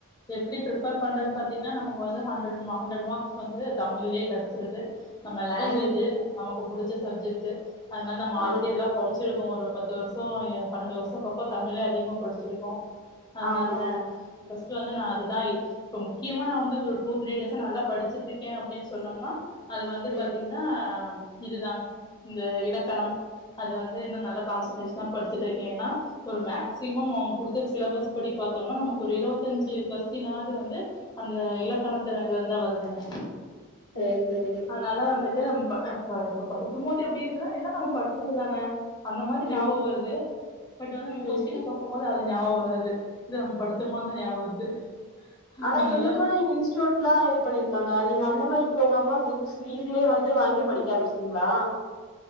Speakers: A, on the left; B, on the left.
A: எப்டி ப்ரிப்பேர் பண்றதுன்னு பாத்தீங்கன்னா நமக்கு வந்து ஹண்ட்ரட் மா ஹண்ட்ரட் மார்க்ஸ் வந்து தமிழ்லேயே கெடைச்சிருது நம்ம லாங்குவேஜ்ஜு
B: ம்
A: நமக்கு புடிச்ச சப்ஜெக்ட்டு அதனால நம்ம ஆல்ரெடி
B: ஆ
A: இதெல்லா படிச்சிருப் போ ஒரு பத்து வருஷ எ பன்னெண்டு வருஷ பக்க தமிழே அதிகமாக படிச்சிருக்கோ அதனால
B: ஆமா ஆமா.
A: இப்ப ஃபஸ்டு வந்து நா அதுதா இப்ப முக்கியமா நா வந்து ஒரு டூ த்ரீ டேஸ்ஸா நல்லா படிச்சிட்டு இருக்கே அப்டின்னு சொன்னோம்னா அது வந்து
B: ம்
A: பாத்தீங்ன்னா இதுதா இந்த இலக்கணம் அது வந் து இன்னு நல்லா கான்சன்ட்ரேஷனா படிச்சிட்டிருக்கே ஏன்னா ஒரு மேக்சிமம் அவங் குடுத்த சிலபஸ் படி பார்த்தோம்னா நம்ம ஒரு இருவத்தஞ்சு கொஸ்டினாவது வந்து அந்த இலக்கணத்துலருந்தா வருதுங்க
B: சேர் சரி
A: அதனால வந்துட்டு இப்ப படிக்கு போது எப்படி இருக்குன்னா எல்லா நம்ம படிச்சது தான அந்த மாரி
B: ம்
A: ஞாபகோ வருது பட் வந்து நம்ம கொஸ்டின
B: ம்
A: பாக்கும் போது அது நியாபகோ வராது நம்ம படிச்ச போதுதா ஞாபகோ வருது
B: ஆனா
A: அதனால
B: எதுக்கு இன்ஸ்டூட் எல்லா இது பண்ணிருக்காங்க நீங்க அந்த மாதிரி போகாம புக்ஸ் நீங்களே வந்து வாங்கி படிக்க ஆரம்பிச்டிங்களா